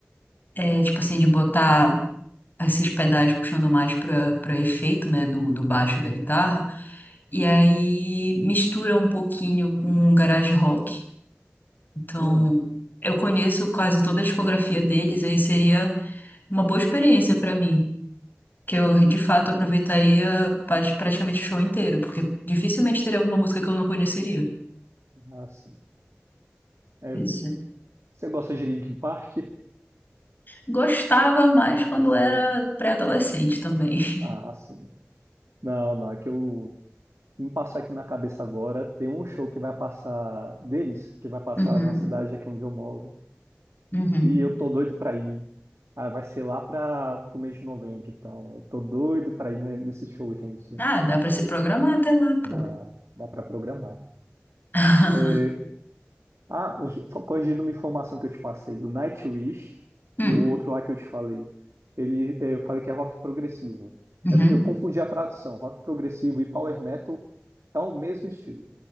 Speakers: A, on the left; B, on the right.
A: é, tipo assim, de botar esses pedais puxando mais pra, pra efeito, né, do, do baixo e da guitarra. E aí mistura um pouquinho com garage rock. Então,
B: Hum,
A: eu conheço quase toda a discografia deles, aí seria uma boa experiência pra mim. que eu de fato aproveitaria pat- praticamente o show inteiro, porque dificilmente teria alguma música que eu não conheceria.
B: ah, sim. É,
A: Pois é.
B: você gosta de Linkin Park?
A: Gostava mais quando
B: Nossa.
A: era pré-adolescente também. <laughs>
B: Ah, sim. Não, não, é que eu me passar aqui na cabeça agora, tem um show que vai passar deles, que vai passar
A: Uhum,
B: na cidade aqui onde eu moro,
A: uhum.
B: e eu tô doido pra ir. Ah, vai ser lá para pro mês de novembro, então eu tô doido pra ir ne- nesse show, gente.
A: Ah, dá pra se programar até lá, pô.
B: Dá, dá para programar.
A: <laughs>
B: É, Ah, os- corrigindo uma informação que eu te passei, o Nightwish
A: Hum,
B: e o outro lá que eu te falei, ele, eh, eu falei que é rock progressivo.
A: uhum.
B: É, Eu confundi a tradução, rock progressivo e power metal é o mesmo estilo.